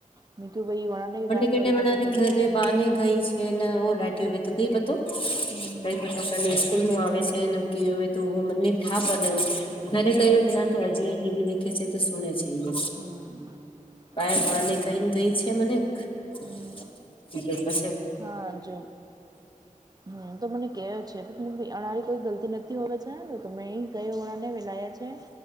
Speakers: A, on the right; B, on the left.
A: મેં કું ભાઈ વણાને
B: પણંડ
A: દાટ
B: કેટે
A: વાળી
B: બનાને
A: કટ જરૂર
B: ઘરે
A: છે મને
B: બાને ગઈ છે. <unintelligible> હ દાઢ કઈ પતો. <unintelligible>
A: હમ.
B: કઈ કોઈ પ્રકારની સ્સ્કૂલ નું આવે છે નકી તોું મને થઠાપ. <unintelligible> ઘરે કહ્યો જ ના હજી એ ટીવી દેખે છે તો સુને છે એનું.
A: હમ હમ.
B: પ
A: હા
B: બારને કઈ ગઈ છે મને પછ.
A: હમ હા જો હમ તો મને કે છે અળ. કોઈ ગલતી નથી હોવે ચ તો મેં અહીં ગયો વણા ને વેલાયા છે.